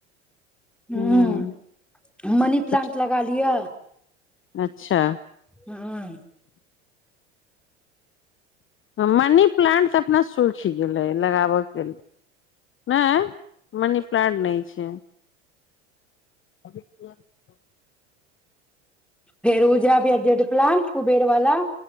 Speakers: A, in the centre; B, on the left.
A: हु
B: हूँ
A: मनी
B: छोट
A: प्लांट लगा लिअ
B: अच्छा
A: हूँ
B: हँ मनी प्लांट तऽ अपना सूखि गेलै लगाबऽके लेल मैं मनी प्लानट नै छै अभ <unintelligible>
A: फेर उजा अबैया जेडप्लानट कुबेर वाला